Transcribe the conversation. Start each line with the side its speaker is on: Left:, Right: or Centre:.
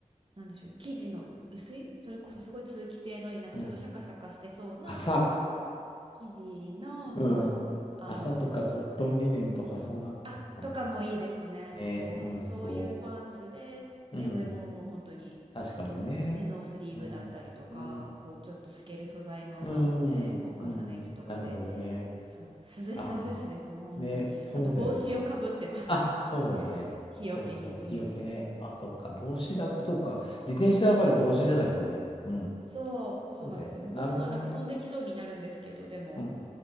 Right: なんでしょう、生地の薄い、それこそすごい通気性のいい、なんかちょっとシャカシャカしてそうな
Left: うん。朝。
Right: 生地の、そう、
Left: うん。
Right: あの、
Left: 朝とかコットンリネンとかそうなってくかな。
Right: あ、とかもいいですね。
Left: ね。
Right: そう、
Left: うん。
Right: そういうパンツで、
Left: そう。
Right: で、
Left: うん。
Right: 上ももう本当に、
Left: 確かにね。
Right: ね、ノースリーブだったりとか、
Left: うん。ね。
Right: こう、ちょっと透ける素材の半袖を重ね着とかで、
Left: うーん、うん、なるほどね。
Right: そう、涼しさ重視です、
Left: ああ、
Right: もう本当に。
Left: ね、そうだよね。
Right: あと、帽子をかぶってます。
Left: あ、
Right: <laughs> そう
Left: そうだよね。
Right: 日よけに。
Left: そうそう、
Right: うん。
Left: 日よけね。あ、そっか、帽子だ、そっか、自転車だから帽子じゃないとね。うん、
Right: そう、そうなんですよ。
Left: そうだよね。
Right: もう帽子もなんか飛んできそうになるんですけど、
Left: なるほどね。
Right: でも、
Left: うん、